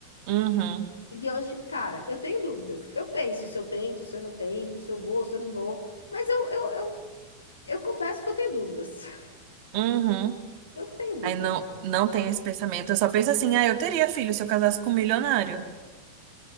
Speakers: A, on the right; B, on the left.
A: uhum,
B: E hoje, cara, eu tenho dúvidas. Eu penso se eu tento, se eu não tento, se eu vou, se eu não vou. Mas eu, eu, eu, eu confesso que eu tenho dúvidas. <laughs>
A: uhum.
B: Eu tenho dúvidas.
A: Aí não, não tenho esse pensamento. Eu só penso assim, ah, eu teria filho se eu casasse com um milionário.